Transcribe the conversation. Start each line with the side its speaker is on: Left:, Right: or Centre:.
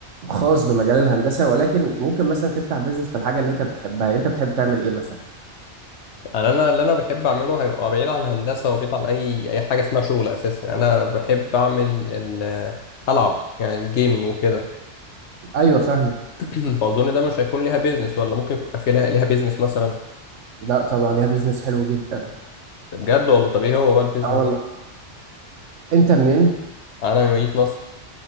Right: خاص بمجال الهندسة ولكن ممكن مثلا تفتح بيزنس في الحاجة اللي أنت بتحبها أنت بتحب تعمل إيه مثلا؟
Left: انا أنا اللي انا بحب اعمله هيبقى بعيد عن هندسه وبعيد عن اي اي حاجه اسمها شغل اساسا يعني انا بحب اعمل ال العب يعني الجيمنج وكده
Right: ايوه فاهمه
Left: <clears throat> فاظن ده مش هيكون ليها بيزنس ولا ممكن يبقى في لها ليها بيزنس مثلا
Right: لا طبعا ليها بيزنس حلو جدا
Left: ده بجد ولا طب ايه هو بقى البيزنس
Right: اه والله
Left: ده
Right: انت منين
Left: انا من مدينه نصر